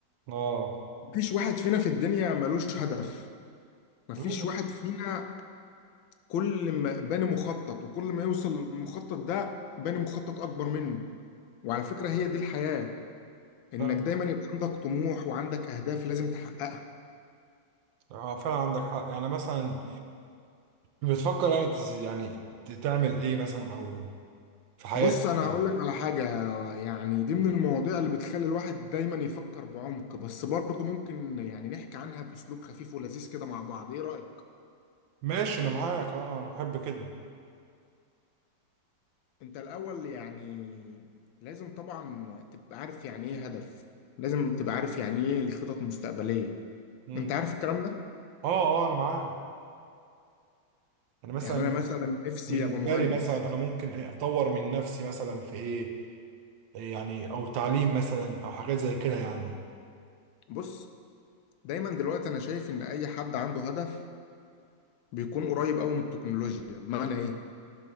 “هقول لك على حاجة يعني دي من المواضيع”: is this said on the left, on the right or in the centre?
Left